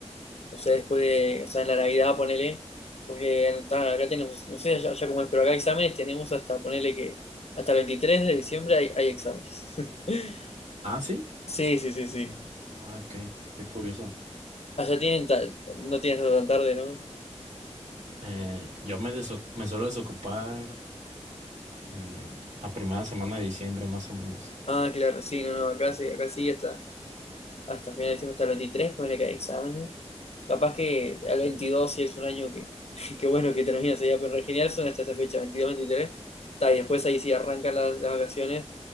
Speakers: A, on the left; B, on the right.
A: o sea, después de, o sea, en la Navidad, ponele, porque en- ta, acá tenemos, no sé allá, allá cómo es, pero acá exámenes tenemos hasta, ponele que hasta el 23 de diciembre hay, hay exámenes. <laughs>
B: Ah, sí.
A: Sí, sí, sí, sí.
B: Ah, qué, qué curioso.
A: Allá tienen ta- no tienen hasta tan tarde, ¿no?
B: Eh, yo me, desoc- me suelo desocupar mm, a primera semana de diciembre, más o menos.
A: Ah, claro, sí, no, no, acá sí, acá sí, hasta, hasta final de diciembre, hasta el 23, ponele que hay exámenes. Capaz que al 22 sí es un año que, <laughs> que bueno, que termina sería pero en general son hasta esa fecha, 22 23. Está, y después ahí sí arrancan las, las vacaciones